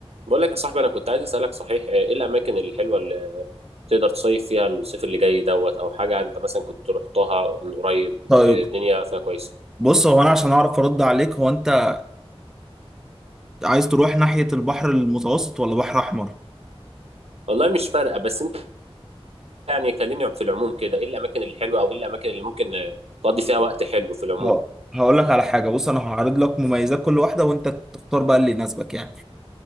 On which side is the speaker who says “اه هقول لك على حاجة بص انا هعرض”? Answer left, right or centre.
Centre